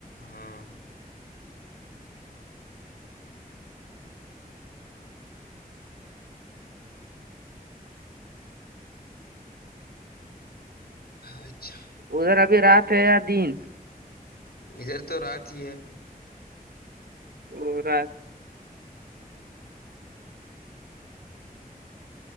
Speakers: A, on the left (about 80°); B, on the right (about 80°).
A: ہاں اچھا <unintelligible>
B: ادھر ابھی رات ہے یا دن
A: ادھر تو رات ہی ہے
B: او رات